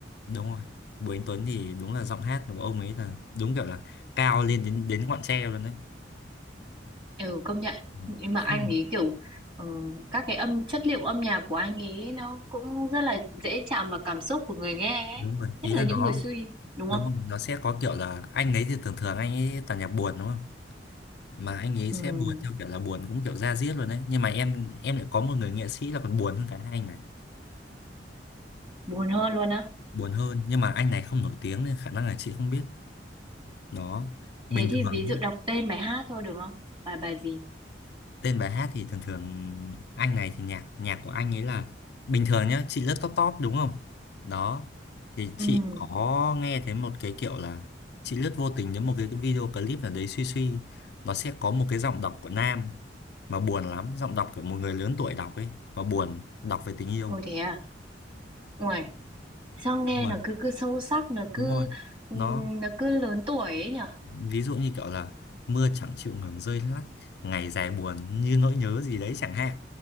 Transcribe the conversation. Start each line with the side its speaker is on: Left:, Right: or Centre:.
Left: đúng rồi Bùi Anh Tuấn thì đúng là giọng hát của ông ấy là đúng kiểu là cao lên đến đến ngọn tre luôn đấy
Right: Ừ, công nhận
Left: Ừ.
Right: nhưng mà
Left: không
Right: anh ấy kiểu ừ, các cái âm chất liệu âm nhạc của anh ấy nó cũng rất là dễ chạm vào cảm xúc của người nghe ấy.
Left: đúng rồi
Right: Nhất
Left: ý
Right: là
Left: là
Right: những
Left: nó
Right: người suy đúng
Left: đúng
Right: không
Left: rồi nó sẽ có kiểu là anh ấy thì thường thường anh ấy toàn nhạc buồn đúng không mà anh ấy
Right: ừ,
Left: sẽ buồn theo kiểu là buồn cũng kiểu da diết luôn đấy nhưng mà em em lại có một người nghệ sĩ là còn buồn hơn cả hai anh này
Right: buồn hơn luôn á
Left: buồn hơn nhưng mà anh này không nổi tiếng nên khả năng là chị không biết nó
Right: thế
Left: bình
Right: thì
Left: thường
Right: ví
Left: nhá
Right: dụ đọc tên bài hát thôi được không bài bài gì
Left: tên bài hát thì thường thường anh này thì nhạc nhạc của anh ấy là bình thường nhá chị lướt top top đúng không đó thì
Right: ừm
Left: chị có nghe thấy một cái kiểu là chị lướt vô tình đến một cái video clip nào đấy suy suy nó sẽ có một cái giọng đọc của nam mà buồn lắm giọng đọc của một người lớn tuổi đọc ấy mà buồn đọc về tình yêu
Right: ôi thế à ôi sao nghe
Left: đúng rồi
Right: nó cứ cứ sâu sắc nó cứ
Left: đúng rồi
Right: ừ,
Left: nó
Right: nó cứ lớn tuổi ấy nhở
Left: ví dụ như kiểu là mưa chẳng chịu ngừng rơi lắt ngày dài buồn như nỗi nhớ gì đấy chẳng hạn